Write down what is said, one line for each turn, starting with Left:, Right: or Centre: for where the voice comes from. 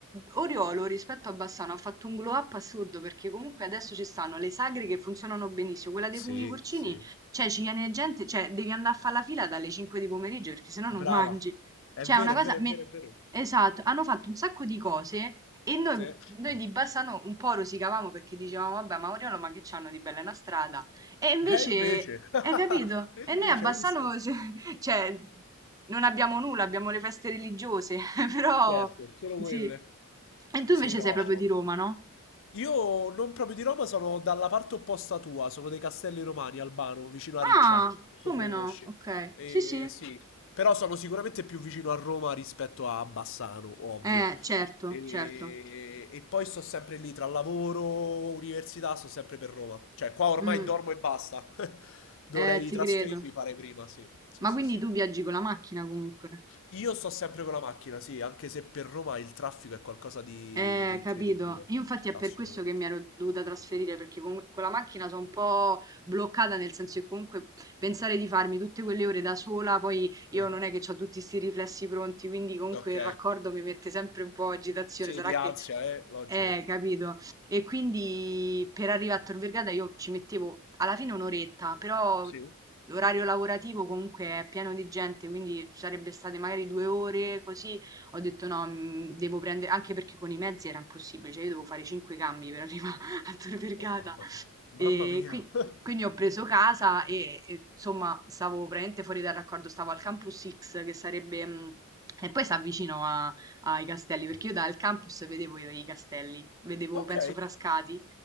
Right: Oriolo rispetto a Bassano ha fatto un glow up assurdo perché comunque adesso ci stanno le sagre che funzionano benissimo, quella dei
Left: Sì,
Right: funghi porcini,
Left: sì.
Right: cioè ci viene gente, cioè devi andare a fare la fila dalle 5 di pomeriggio perché sennò non
Left: brava,
Right: mangi.
Left: è
Right: Cioè
Left: vero,
Right: è una cosa...
Left: è vero,
Right: me-
Left: è vero, è vero,
Right: Esatto, hanno fatto un sacco di cose e noi,
Left: sì.
Right: noi di Bassano un po' rosicavamo perché dicevamo, vabbè, ma Oriolo, ma che c'hanno di bella è una strada? E invece,
Left: Eh invece, <laughs>
Right: hai capito?
Left: e
Right: E
Left: invece
Right: noi a Bassano,
Left: hai visto?
Right: <laughs> se- cioè, non abbiamo nulla, abbiamo le feste religiose, <laughs> però,
Left: Certo, solo
Right: sì.
Left: quelle.
Right: E tu
Left: Sì,
Right: invece
Left: no.
Right: sei proprio di Roma, no?
Left: Io non proprio di Roma, sono dalla parte opposta tua, sono dei Castelli Romani, Albano, vicino a Riccia.
Right: Ah,
Left: Non so
Right: come
Left: se conosci.
Right: no? Ok,
Left: Eh,
Right: sì, sì.
Left: sì, però sono sicuramente più vicino a Roma rispetto a Bassano, ovvio.
Right: Eh, certo,
Left: E,
Right: certo.
Left: e poi sto sempre lì tra lavoro, università, sto sempre per Roma. Cioè, qua ormai
Right: Mm,
Left: dormo e basta. <laughs> Dovrei
Right: eh, ti
Left: trasferirmi,
Right: credo.
Left: fare prima, sì. Sì,
Right: Ma
Left: sì,
Right: quindi
Left: sì.
Right: tu viaggi con la macchina comunque?
Left: Io sto sempre con la macchina, sì, anche se per Roma il traffico è qualcosa di,
Right: Eh,
Left: di incredibile.
Right: capito. Io infatti è
Left: Assolutamente.
Right: per questo che mi ero dovuta trasferire, perché con, con la macchina sono un po' bloccata, nel senso che comunque pensare di farmi tutte quelle ore da sola, poi io
Left: Ah,
Right: non è che ho tutti questi riflessi pronti, quindi comunque
Left: Ok.
Right: il raccordo mi mette sempre un po' agitazione.
Left: Sì,
Right: Sarà
Left: di ansia,
Right: che
Left: eh, logico.
Right: eh, capito. E quindi per arrivare a Tor Vergata io ci mettevo alla fine un'oretta, però
Left: Sì. Eh,
Right: l'orario lavorativo comunque è pieno di gente, quindi ci sarebbe state magari due ore così. Ho detto no, mm, devo prendere, anche perché con i mezzi era impossibile, cioè io devo fare cinque cambi per arrivare <laughs> a Tor Vergata.
Left: mamma mia.
Right: E
Left: Mamma mia.
Right: qui-
Left: <laughs>
Right: quindi ho preso casa e, e, insomma stavo praticamente fuori dal raccordo, stavo al Campus X che sarebbe... mh, E poi si avvicino a- ai castelli, perché io dal campus vedevo i i castelli, vedevo,
Left: Ok.
Right: penso, Frascati.